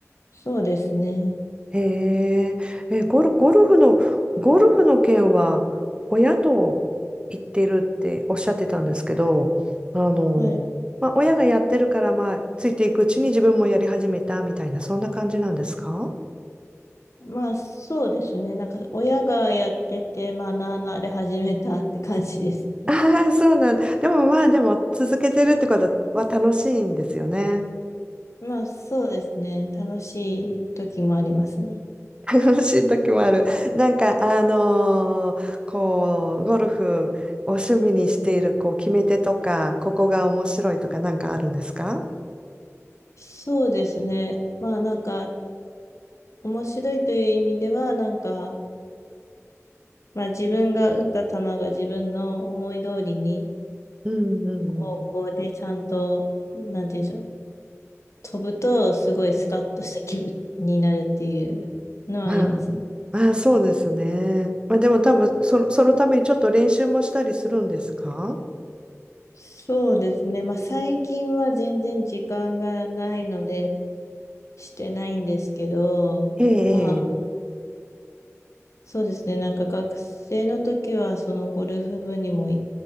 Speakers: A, on the left (about 65°); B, on the right (about 20°).
A: そうですね。
B: へえ、え、ゴル、ゴルフの、ゴルフの件は親と行ってるっておっしゃってたんですけど、あの、
A: はい。
B: まあ親がやってるからまあついていくうちに自分もやり始めたみたいな、そんな感じなんですか <laughs>
A: まあ、そうですね。なんか、親がやってて学んで始めたって感じですね。
B: ああそうなんでもまあでも続けてるってことは楽しいんですよね。
A: まあそうですね。楽しい時もありますね。
B: 楽しい時もある。なんか、あのーこう、ゴルフを趣味にしている、こう、決め手とか、ここが面白いとか、なんかあるんですか
A: そうですね。まあなんか面白いという意味ではなんか、まあ自分が打った球が自分の思い通りに
B: うんうん
A: 方向でちゃんと、なんて言うんでしょう。飛ぶとすごいスカッとした気分になるっていうのはありますね。
B: うん。まあ、ああ、そうですね。まあ、でも多分、その、そのためにちょっと練習もしたりするんですか
A: そうですね。まあ最近は全然時間がないのでしてないんですけど、
B: え
A: まあ
B: え、
A: そうですね。なんか学生の時はそのゴルフ部にもい、